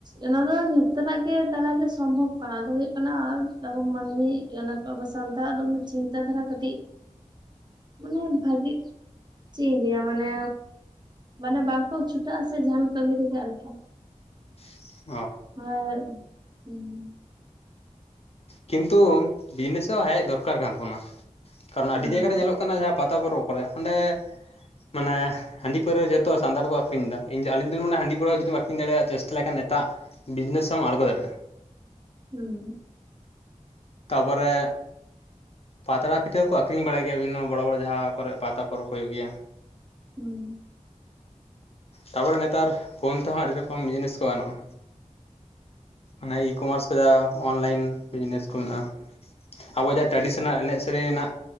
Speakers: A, on the right; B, on the left.
A: ᱚᱱᱟ ᱫᱚ ᱡᱚᱛᱚ ᱦᱚᱨᱟᱜ ᱜᱮ ᱫᱟᱨᱟᱭᱮ ᱥᱚᱢᱵᱷᱚᱵ ᱠᱟᱱᱟ ᱟᱫᱚ ᱦᱩᱭᱩᱜ ᱠᱟᱱᱟ ᱟᱵᱚ ᱢᱟᱹᱱᱢᱤ <unintelligible> ᱟᱵᱚ ᱥᱟᱱᱛᱟᱲ ᱫᱚ ᱪᱤᱱᱛᱟ ᱫᱷᱟᱨᱟ ᱠᱟᱹᱴᱤᱡ ᱢᱟᱱᱮ ᱵᱷᱟᱜᱤ ᱪᱮᱫ ᱤᱧ ᱞᱮᱭᱟ ᱢᱟᱱᱮ ᱢᱟᱱᱮ ᱵᱟᱝᱠᱚ ᱪᱷᱩᱴᱟ ᱥᱮ ᱡᱟᱦᱟᱱ ᱠᱟᱹᱢᱤ ᱨᱮᱜ ᱟᱨ ᱠᱤ
B: <inaudible>
A: <unintelligible>
B: ᱠᱤᱱᱛᱩ ᱵᱤᱡᱱᱮᱥ ᱨᱮ ᱦᱚᱸ ᱦᱮᱡ ᱫᱚᱨᱠᱟᱨ ᱠᱟᱱ ᱛᱟᱵᱚᱱᱟ ᱠᱟᱨᱚᱱ ᱟᱹᱰᱤ
A: ᱦᱩᱸ
B: ᱡᱟᱭᱜᱟᱨ ᱨᱮ ᱧᱮᱞᱚᱜ ᱠᱟᱱᱟ ᱡᱟᱦᱟᱸ ᱯᱟᱛᱟ ᱯᱚᱨᱚᱵ ᱠᱚᱨᱮ ᱚᱸᱰᱮ ᱢᱟᱱᱮ ᱦᱟᱺᱰᱤ ᱯᱟᱹᱣᱨᱟᱹ ᱡᱚᱛᱚ ᱥᱟᱱᱛᱟᱲ ᱠᱚ ᱟᱹᱷᱨᱤᱧ ᱫᱟᱜ ᱟᱞᱤᱧ ᱫᱚ ᱞᱤᱧ ᱢᱚᱱ ᱦᱟᱺᱰᱤ ᱯᱟᱹᱣᱨᱟᱹ ᱡᱩᱫᱤᱢ ᱟᱹᱠᱷᱨᱤ ᱫᱟᱲᱮᱭᱟᱜ ᱪᱮᱥᱴᱟ ᱞᱮᱠᱷᱟᱱ ᱱᱮᱛᱟᱜ ᱵᱤᱡᱽᱱᱮᱥᱮ ᱦᱚᱢ ᱟᱸᱬᱜᱳ ᱫᱟᱲᱮᱭᱟᱜᱼᱟ
A: ᱦᱩᱸ
B: ᱛᱟᱯᱚᱨᱮ ᱯᱟᱛᱲᱟ ᱯᱤᱴᱷᱟᱹ ᱠᱚ ᱟᱠᱷᱨᱤᱧ ᱵᱟᱲᱟᱭ ᱜᱮᱭᱟ ᱵᱤᱵᱷᱚᱱᱱᱚ ᱵᱚᱲᱚ ᱵᱚᱲᱚ ᱡᱟᱦᱟᱸ ᱠᱚᱨᱮ ᱯᱟᱛᱟ ᱯᱚᱨᱚᱵ ᱠᱚ ᱦᱩᱭᱩᱜ ᱜᱮᱭᱟ
A: ᱦᱩᱸ
B: ᱛᱟᱨᱯᱚᱨᱮ ᱱᱮᱛᱟᱨ ᱯᱷᱳᱱ ᱛᱮ ᱦᱚᱸ ᱟᱹᱰᱤ ᱨᱚᱠᱚᱢ ᱡᱤᱱᱤᱥ ᱠᱚ ᱜᱟᱱᱚᱜᱼᱟ ᱚᱱᱮ ᱤᱠᱚᱢᱟᱨᱥ ᱠᱚ ᱡᱟ ᱚᱱᱞᱟᱭᱤᱱ ᱵᱤᱡᱽᱱᱮᱥ ᱠᱚ ᱢᱮᱱᱟᱜᱼᱟ, ᱟᱵᱚᱣᱟᱜ ᱡᱟᱦᱟᱸ ᱴᱨᱟᱰᱤᱥᱚᱱᱟᱞ ᱮᱱᱮᱡ ᱥᱮᱨᱮᱧ ᱨᱮᱱᱟᱜ